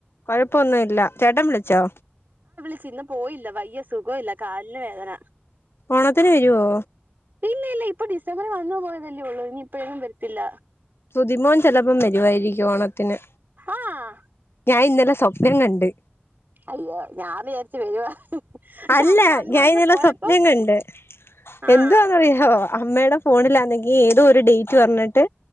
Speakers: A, on the left (about 65°); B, on the right (about 50°).
A: കുഴപ്പൊന്നു ഇല്ല ചേട്ടൻ വിളിച്ചോ
B: ചിന്ന് ഇന്ന് പോയില്ല വയ്യ സുഖം ഇല്ല കാലിന് വേദന
A: ഓണത്തിന് വരുവോ
B: ഇല്ല ഇല്ല ഇപ്പൊ ഡിസംബറി വന്നു പോയതല്ലേ ഒള്ളൂ ഇനി ഇപ്പോഴൊന്നും വരത്തില്ല
A: സുതിമോൻ ചിലപ്പോം വരുവായിരിക്കും ഓണത്തിന്
B: ആഹ്
A: ഞാൻ ഇന്നലെ സ്വപ്നം കണ്ട്
B: അയ്യോ ഞാന്ന് വിചാരിച്ചു വരുവാ പക്ഷെ
A: അല്ല
B: അവൻ വന്ന്
A: ഞാൻ
B: വന്ന്
A: ഇന്നലെ
B: പോയപ്പോ
A: സ്വപ്നം കണ്ട്
B: ആഹ്
A: എന്തോന്നറിയോ അമ്മയുടെ ഫോണിലാണെങ്കിൽ ഏതോ ഒരു ഡേറ്റ് പറഞ്ഞിട്ട്